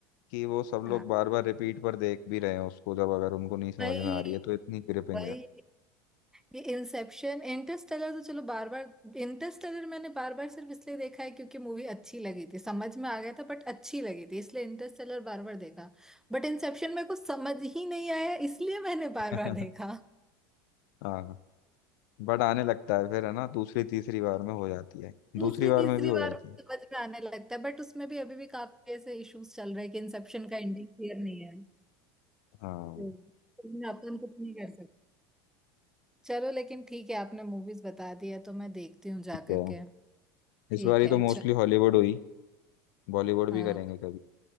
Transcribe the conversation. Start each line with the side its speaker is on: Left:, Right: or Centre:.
Left: कि वो सब
Centre: हाँ
Left: लोग बार बार रिपीट पर देख भी रहे हैं उसको जब अगर उनको नहीं समझ
Centre: वही
Left: में आ रही है तो इतनी ग्रिपिंग
Centre: वही
Left: है
Centre: ये इंसेप्शन इंटरस्टेलर तो चलो बार बार इंटरस्टेलर मैंने बार बार सिर्फ इसलिए देखा है क्योंकि मूवी अच्छी लगी थी समझ में आ गया था बट अच्छी लगी थी इसलिए इंटरस्टेलर बार बार देखा बट इंसेप्शन मेरे को समझ ही नहीं आया इसलिए मैंने
Left: <laughs>
Centre: बार बार देखा
Left: हाँ बट आने लगता है फिर है ना दूसरी तीसरी बार में हो जाती है
Centre: दूसरी
Left: दूसरी बार
Centre: तीसरी
Left: में भी हो
Centre: बार
Left: जाती है
Centre: समझ में आने लगता है बट उसमें भी अभी भी काफी ऐसे इश्यूज चल रहे हैं कि इंसेप्शन का एंडिंग क्लियर नहीं है
Left: हाँ
Centre: तो उसमें अपन कुछ नहीं कर चलो लेकिन ठीक है आपने मूवीज बता दिया तो मैं देखती हूँ जा
Left: ठीक
Centre: करके
Left: है इस
Centre: ठीक
Left: बार ही
Centre: है
Left: तो
Centre: चल
Left: मोस्टली हॉलीवुड हुई बॉलीवुड भी
Centre: हाँ
Left: करेंगे